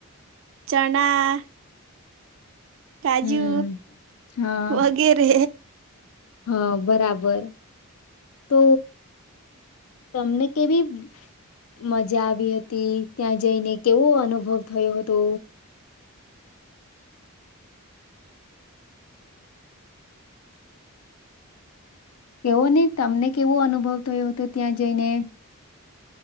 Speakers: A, on the right; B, on the left.
A: ચણા કાજુ
B: હમ હા
A: વગેરે
B: હા, બરાબર, તો તમને કેવી મજા આવી હતી ત્યાં જઈને કેવો અનુભવ થયો હતો? એવુ નઈ તમને કેવો અનુભવ થયો હતો ત્યાં જઈને?